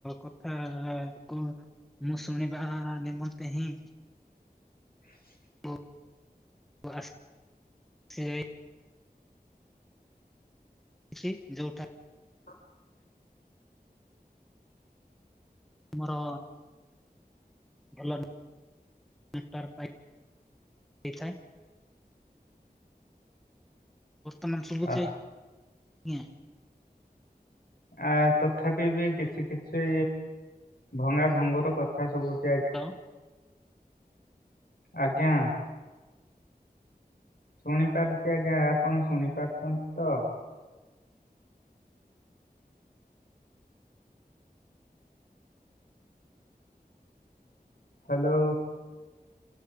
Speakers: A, in the centre; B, on the left (about 70°).
A: କଥା କୁ ମୁଁ ଶୁଣିବା ନିମନ୍ତେ ହିଁ
B: <inaudible>
A: ଘୂ ଆସ୍ ସି ଯାଇ କିଛି ଯୋଉଠା
B: ହଁ।
A: ମୋର ଭଲ ନ <inaudible> ନେଟାର ପାଇ ଇଥାଏ। ବର୍ତ୍ତମାନ ଶୁଭୁଚି
B: ଆ
A: <inaudible> ଜ୍ଞା।
B: ଆ, ତଥାପି ବି କିଛି କିଛି ଭଙ୍ଗା ଭଙ୍ଗ ର କଥା ସବୁଚି ଆଜ୍ଞା।
A: କଣ?
B: ଆଜ୍ଞା। ଶୁଣିପାରୁଥିବା ଯାହା ଆପଣ ଶୁଣି ପାରୁଛନ୍ତି ତ? ହାଲୋ।